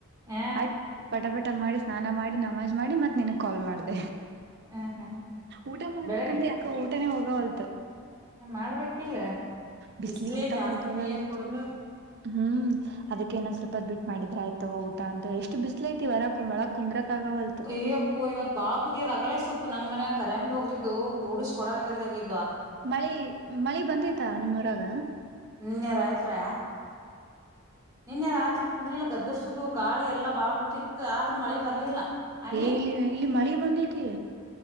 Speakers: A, on the right; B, on the right.
A: ಹ
B: ಆಯ್ತ್ ಪಟಪ ಊಟ ಮಾಡಿ ಸ್ನಾನ ಮಾಡಿ ನಮಾಜ್ ಮಾಡಿ ಮತ್ತತ್ ನಿನ ಕಾಲ್ ಮಾಡ್ದ
A: ಹ ಹ
B: ಊಟ ಮಾಡ್ಬೇಕಂದ್ರೆ
A: ಬೆಳಗ್
B: ಯಾಕ ಊಟನೇ ಹೋಗವಲ್ತ್
A: ಮಾಡ್ಬೇಕಿಲ್ಲ
B: ಬಿಸಿಲಿ
A: ಬಿಸ್ಲೇ
B: ಊಟ
A: ಜಾಸ್ತಿ
B: ಹೋಗವಲ್ತ್
A: ನೀರ್ ಕುಡುದು
B: ಹ್ಮ್ ಅದಕ್ಕೆ ನೊಂದ್ ಸ್ವಲ್ಪದ್ ಬಿಟ್ಟ ಮಾಡಿದ್ರ ಆಯ್ತವ ಊಟ ಅಂತ ಎಷ್ಟ ಬ್ಲ ಐತಿವರ ಕುಳ ಕುಂದ್ರಕ್ ಆಗವಲ್ತು
A: ಯ್ಯಪ್ಪು ಇವತ್ ಬಾಳ ಕುದಿಯೋದ ಅಗಳಸೊಪ್ಪು ನಮ್ಮ್ನ ಕರೆಂಟ್ ಹೋಗಿದ್ದು ಕೂಡಿಸ್ಕ ಕೊಡಗದಾಗು
B: ಮಳಿ ಮಳಿ ಬಂದೈತಾ ನಿಮ್ಮ ಹೊರಾಗ
A: ನಿನ್ಯಾರ ಆಯ್ತ್ರ ನಿನ್ನೆ ರಾತ್ರಿ ಫುಲ್ ಗದ್ದರ್ಸುದು ಗಾಳಿ ಎಲ್ಲಾ ಬಾಬಿಟ್ಟಿತ್ತು ಆದ್ರ ಮಳೆ ಬರ್ಲಿಲ್ಲ ಅಲ್ಲಿ
B: ಏ ಇಲ್ಲಿ ಇಲ್ಲಿ ಮಳೆ ಬಂದೈತಿ